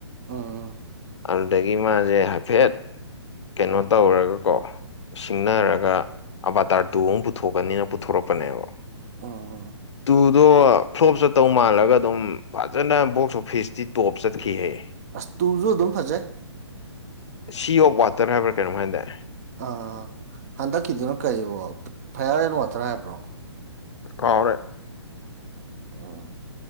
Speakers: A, on the right; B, on the left.
A: ꯎꯝ ꯎꯝ
B: ꯑꯗꯨꯗꯒꯤ ꯃꯥꯖꯦ ꯍꯥꯏꯐꯦꯠ ꯀꯩꯅꯣ ꯇꯧꯔꯒꯀꯣ ꯁꯤꯡꯅꯔꯒ
A: ꯎꯝ
B: ꯑꯕꯥꯇꯥꯔ ꯇꯨ ꯑꯃꯨꯛ ꯄꯨꯊꯣꯛꯀꯅꯤꯅ ꯄꯨꯊꯣꯔꯛꯄꯅꯦꯕ
A: ꯑꯥ
B: ꯇꯨꯗꯣ ꯐ꯭ꯂꯣꯞ ꯆꯠꯇꯧ ꯃꯥꯜꯂꯒ ꯑꯗꯨꯝ ꯐꯖꯅ ꯕꯣꯛꯁ ꯑꯣꯐꯤꯁꯇꯤ ꯇꯣꯞ ꯆꯠꯈꯤꯍꯦ
A: ꯑꯁ ꯇꯨꯁꯨ ꯑꯗꯨꯝ ꯐꯖꯩ
B: ꯁꯤ ꯑꯣꯐ ꯋꯥꯇꯔ ꯍꯥꯏꯕ꯭ꯔꯥ ꯀꯩꯅꯣꯝ ꯍꯥꯏꯗꯥꯏ
A: ꯑ ꯍꯟꯗꯛꯀꯤꯗꯨꯅ ꯀꯔꯤꯕꯣ ꯐꯩꯌꯥꯔ ꯑꯦꯟ ꯋꯥꯇꯔ ꯍꯥꯏꯕ꯭ꯔꯣ
B: ꯀꯥꯎꯔꯦ
A: ꯑꯥ